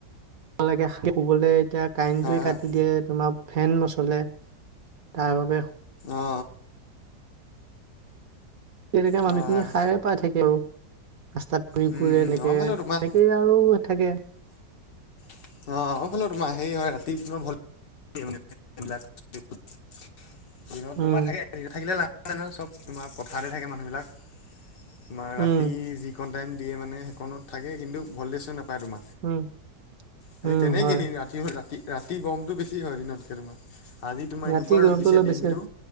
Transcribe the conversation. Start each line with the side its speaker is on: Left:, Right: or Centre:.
Right: ভাগে শুবলৈ এতিয়া কাৰেণ্টোৱে
Left: হয়
Right: কাটি
Left: হয়
Right: দিয়ে তোমাক। ফেন নচলে তাৰ বাবে
Left: অ অ
Right: তেনেকে
Left: হয়
Right: মানুহখিনি
Left: হয়
Right: খায়ে পাই থাকে আৰু। ৰাস্তাত ঘুৰি
Left: উম
Right: ফুৰে
Left: উম
Right: এনেকে
Left: আমাৰ ফালেও
Right: তেনেকেই
Left: তোমাৰ
Right: আৰু থাকে।
Left: অ' অ' হলে তোমাৰ হেৰি হয় ৰাতি <unintelligible> <unintelligible> দিনত
Right: উম
Left: তোমাৰ থাকে দিনত থাকিলে নে নহয় চব তোমাৰ পথাৰতে থাকে মানুহবিলাক। তোমাৰ
Right: উম
Left: ৰাতি যিকণ টাইম দিয়ে মানে সেইখনত থাকে কিন্তু ভল্টেজো নাপায় তোমাৰ।
Right: উম।
Left: সেই
Right: উম
Left: তেনেকেইদিন
Right: হয়
Left: ৰাতি ৰাতি ৰাতি গমটো বেছি। কি হয় দিনতকে তোমাৰ আজি তোমাৰ
Right: ৰাতি
Left: এনেকুৱা
Right: গৰমটো
Left: ৰ'দ দিছে
Right: অলপ
Left: দিনটো।
Right: বেছি হয়